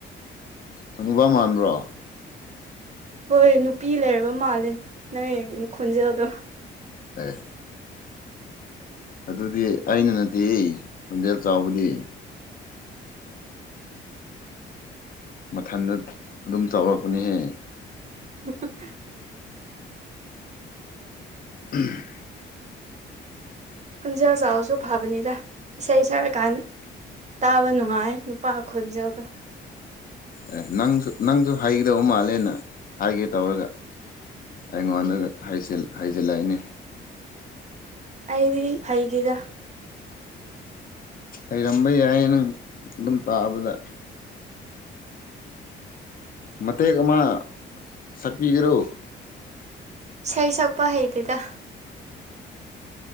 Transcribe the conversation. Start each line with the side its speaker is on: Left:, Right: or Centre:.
Left: ꯀꯅꯕ ꯃꯥꯟꯕ꯭ꯔꯣ
Right: ꯍꯣꯏ ꯅꯨꯄꯤ ꯂꯩꯔꯕ ꯃꯥꯜꯂꯦ ꯅꯪ ꯈꯣꯟꯖꯦꯜꯗꯣ
Left: ꯎ ꯑꯗꯨꯗꯤ ꯑꯩꯅ ꯅꯠꯇꯦ ꯍꯣꯟꯖꯦꯜ ꯆꯥꯎꯕꯗꯤ ꯃꯊꯟꯗ ꯑꯗꯨꯝ ꯆꯥꯎꯔꯛꯄꯅꯦꯍꯦ
Right: <inaudible>
Left: ꯎꯝ
Right: ꯈꯣꯟꯖꯦꯜ ꯆꯥꯎꯁꯨ ꯐꯕꯅꯤꯗ ꯏꯁꯩ ꯁꯛꯔꯀꯥꯟ ꯇꯥꯕ ꯅꯨꯡꯉꯥꯏ ꯅꯨꯄꯥ ꯈꯣꯟꯖꯦꯜꯗ
Left: ꯑꯦ ꯅꯪꯁꯨ ꯅꯪꯁꯨ ꯍꯩꯒꯗꯧꯕ ꯃꯥꯜꯂꯦꯅ ꯍꯥꯏꯒꯦ ꯇꯧꯔꯒ ꯑꯩꯉꯣꯟꯗ ꯍꯩꯖꯤꯜꯂꯛꯏꯅꯤ
Right: ꯑꯩꯗꯤ ꯍꯩꯒꯗ
Left: ꯍꯩꯔꯝꯕ ꯌꯥꯏꯌꯦ ꯅꯪ ꯑꯗꯨꯝ ꯇꯥꯕꯗ ꯃꯇꯦꯛ ꯑꯃ ꯁꯛꯄꯤꯒꯔꯣ
Right: ꯁꯩ ꯁꯄ ꯍꯩꯇꯗ